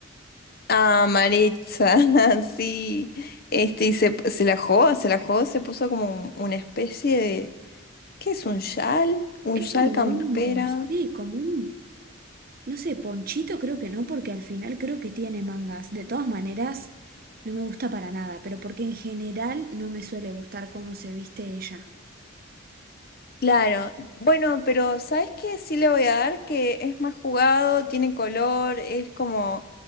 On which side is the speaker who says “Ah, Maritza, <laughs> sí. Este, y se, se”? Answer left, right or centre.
Left